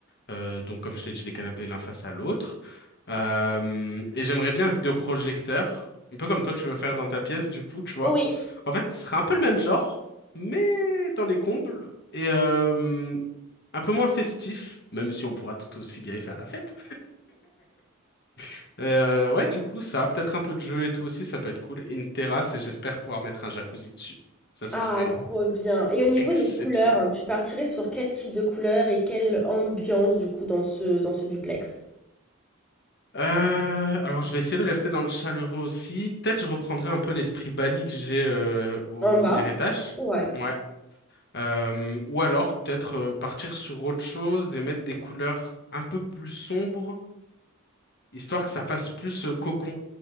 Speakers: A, on the left; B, in the centre.
A: Euh, donc, comme je t'ai dit, les canapés l'un face à l'autre. Euh, et j'aimerais bien un vidéoprojecteur, un peu comme toi tu veux faire dans ta pièce, du coup, tu vois.
B: Oui.
A: En fait, ce serait un peu le même genre, mais dans les combles et euh, un peu moins festif, même si on pourra tout aussi bien y faire la fête. <laughs> euh, ouais, du coup, ça, peut-être un peu de jeu et tout aussi, ça peut être cool. Et une terrasse, et j'espère pouvoir mettre un jacuzzi dessus. Ça, ce
B: Ah,
A: serait
B: trop bien. Et au niveau
A: exceptionnel.
B: des couleurs, hein, tu partirais sur quel type de couleur et quelle ambiance du coup dans ce, dans ce duplex?
A: Euh, alors je vais essayer de rester dans le chaleureux aussi. Peut-être je reprendrai un peu l'esprit Bali que j'ai euh, au
B: En
A: premier
B: bas?
A: étage.
B: Ouais.
A: Ouais. Euh, ou alors peut-être euh, partir sur autre chose et mettre des couleurs un peu plus sombres, histoire que ça fasse plus euh, cocon,